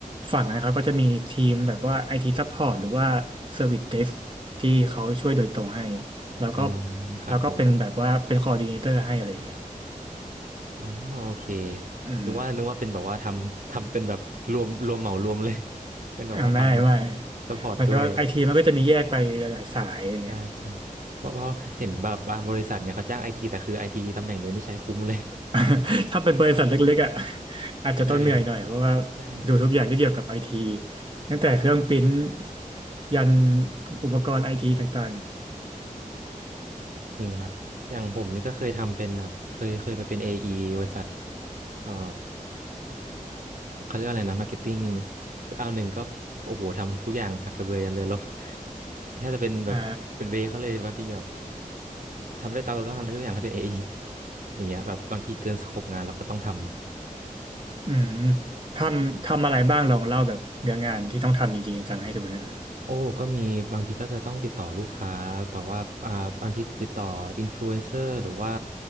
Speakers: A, on the right; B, on the right.
A: ฝั่งนะครับก็จะมีทีมแบบว่า IT support หรือว่า service desk ที่เขาช่วยโดยตรงให้แล้วก็
B: อ๋อครับผม
A: แล้วก็เป็นแบบว่าเป็น coordinator ให้อะไรอย่างเงี้ย
B: อ๋อโอเค
A: อืม
B: นึกว่านึกว่าเป็นแบบว่าทำทำเป็นแบบรวมรวมเหมารวมเลย <laughs> เป็นแบบว่าทำซัพพอร์ตด้วย
A: อ่าไม่ไม่มันก็ไอทีมันก็จะมีแยกไปหลายๆสายอย่างเงี้ย
B: ใช่ใช่เพราะเพราะเห็นแบบบางบริษัทเนี่ยเขาจ้างไอทีแต่คือไอทีตำแหน่งเดียวนี่ใช้คุ้มเลย <laughs>
A: <laughs> ถ้าเป็นบริษัทเล็กๆอ่ะอาจจะต้องเหนื่อยหน่อยเพราะว่า
B: ใช่ใช่
A: ดูทุกอย่างที่เกี่ยวกับไอทีตั้งแต่เครื่องปริ้นท์ยันอุปกรณ์ไอทีต่าง
B: จริงครับอย่างผมนี่ก็เคยทำเป็นแบบเคยเคยไปเป็น AE บริษัทเอ่อเขาเรียกว่าอะไรนะมาร์เก็ตติ้งเอาหนึ่งก็โอ้โหทำทุกอย่างสักกระเบือยันเรือรบ <laughs> แทบจะเป็นแบบเป็นเวย์เขาเลยบางทีแบบ
A: ๆอ่า
B: ทำได้ตามเราต้องทำทุกอย่างให้เป็นเอ i <laughs> ออย่างเงี้ยแบบบางทีเกินสโคปงานเราก็ต้องทำ
A: อืมทำทำอะไรบ้างลองเล่าแบบเนื้องานที่ต้องทำจริงๆจังๆให้ดูได้ไหม
B: โอ้ก็มีบางทีก็จะต้องติดต่อลูกค้าแบบว่าอ่าบางทีติดต่ออินฟลูเอนเซอร์หรือว่า